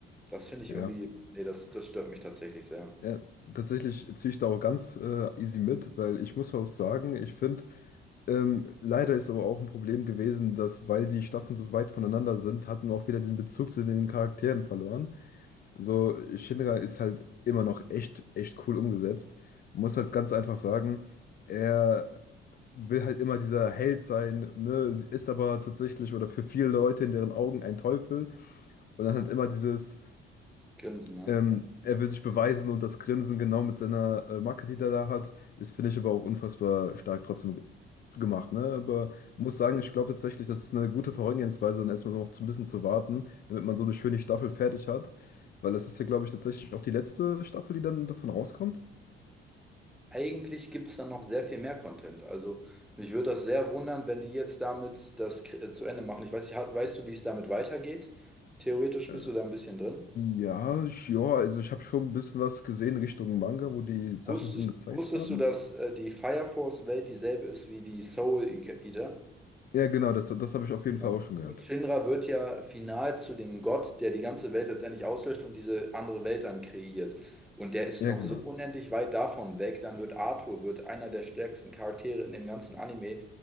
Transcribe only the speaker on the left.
Ja.
Ja, tatsächlich ziehe ich da auch ganz äh, easy mit, weil ich muss auch sagen, ich finde, ähm, leider ist aber auch ein Problem gewesen, dass, weil die Staffeln so weit voneinander sind, hat man auch wieder diesen Bezug zu den Charakteren verloren. So, Shinra ist halt immer noch echt, echt cool umgesetzt. Muss halt ganz einfach sagen, er will halt immer dieser Held sein, ne, ist aber tatsächlich oder für viele Leute in deren Augen ein Teufel. Und dann halt immer dieses.
Ähm,
er will sich beweisen und das Grinsen genau mit seiner äh, Macke, die er da hat, ist, finde ich, aber auch unfassbar stark trotzdem ge- gemacht. Ne? Aber muss sagen, ich glaube tatsächlich, das ist eine gute Vorgehensweise, dann erstmal noch so ein bisschen zu warten, damit man so eine schöne Staffel fertig hat. Weil das ist ja, glaube ich, tatsächlich auch die letzte Staffel, die dann davon rauskommt.
Äh,
ja, ich, ja, also ich habe schon ein bisschen was gesehen Richtung Manga, wo die Sachen
davon gezeigt
haben.
Ja, genau, das, das habe ich auf jeden
Fall auch schon gehört.
Ja,
genau.